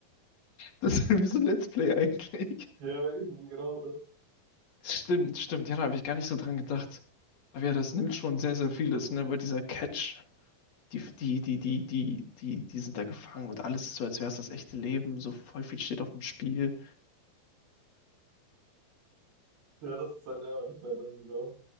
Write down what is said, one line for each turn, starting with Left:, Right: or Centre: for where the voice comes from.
Left: Das ist wie so ein Let's Play eigentlich.
Right: Ja, eben, genau das.
Left: Stimmt, stimmt. Ja, da habe ich gar nicht so dran gedacht. Aber ja, das nimmt schon sehr, sehr vieles, ne? Weil dieser Catch, die, die, die, die, die, die, die sind da gefangen und alles ist so, als wäre es das echte Leben. So voll viel steht auf dem Spiel.
Right: Ja, das ist halt einfach nicht mehr dann, genau.